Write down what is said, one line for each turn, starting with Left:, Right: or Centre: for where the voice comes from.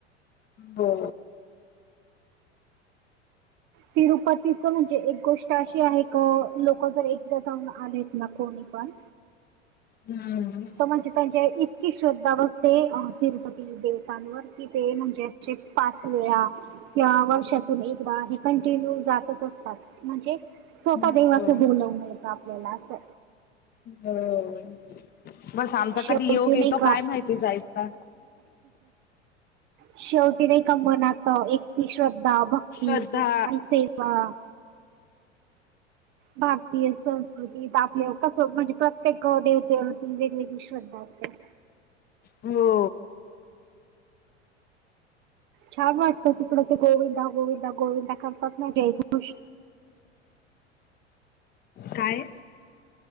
Left: हो.
Right: तिरुपतीच म्हणजे एक गोष्ट अशी आहे क लोक जर एकदा जाऊन आलेत ना कोण <unintelligible> पण
Left: हम्.
Right: म्हणजे त्यांच्या इतकी श्रद्धा बसते तिरुपती देवतांवर. तिथे म्हणजेे अशे पाच वेळा किंवा वर्षातून एकदा कंटिन्यू जातच असतात म्हणजे स्वतः
Left: हम्म
Right: देवाचं बोलवण येतं आपल्याला असं.
Left: हो, बस आमचा
Right: शेवटी
Left: कधी योग येतो
Right: नाही का
Left: काय माहिती जायचा.
Right: शेवटी नाही का मनात एक ती श्रद्धा, भक्ती
Left: श्रद्धा
Right: आणि सेवा भारतीय संस् <unintelligible> आपलं कसं म्हणजे प्रत्येक देवतेवरती वेगवेगळी श्रद्धा असते.
Left: हो.
Right: छान वाटतं तिकड ते गोविंदा गोविंदा गोविंदा करतात ना <unintelligible>
Left: काय?